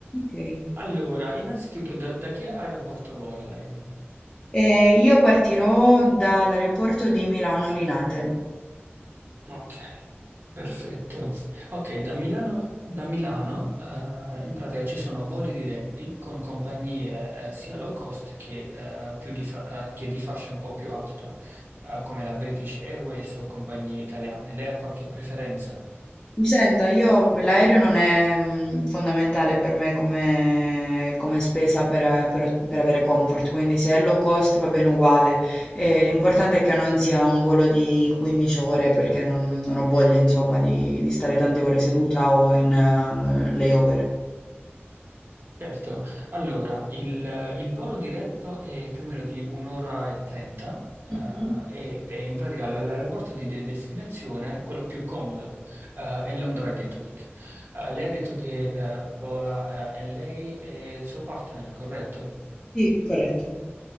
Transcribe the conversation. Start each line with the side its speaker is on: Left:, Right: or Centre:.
Left: Ok.
Right: Allora, innanzitutto, da, da che aeroporto vola lei?
Left: E io partirò dall'aeroporto di Milano Linate.
Right: Ok, perfetto. Ok, da Milano, da Milano eh, in pratica ci sono voli diretti con compagnie eh, sia low cost che, eh, più di fa- eh, che di fascia un po' più alta, eh, come la British Airways o compagnie italiane. Lei ha qualche preferenza?
Left: Senta, io l'aereo non è mh, fondamentale per me come, come spesa per, per ot- per avere comfort, quindi se è low cost va bene uguale. Eh, l'importante è che non sia un volo di 15 ore perché non, non ho voglia, insomma, di, di stare tante ore seduta o in eh, layover.
Right: Certo, allora il, il volo diretto è più o meno di un'ora e trenta eh,
Left: Mhm.
Right: e, e in pratica l- l'aeroporto di de- destinazione, quello più comodo, eh, è Londra Gatwick. Eh, lei ha detto che eh, vola eh, è lei e il suo partner, corretto?
Left: Sì, corretto.